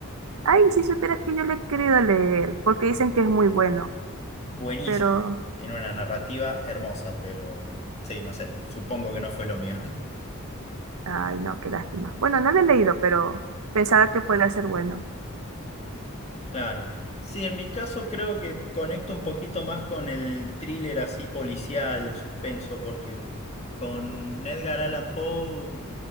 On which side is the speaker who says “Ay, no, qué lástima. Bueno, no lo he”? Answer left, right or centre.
Right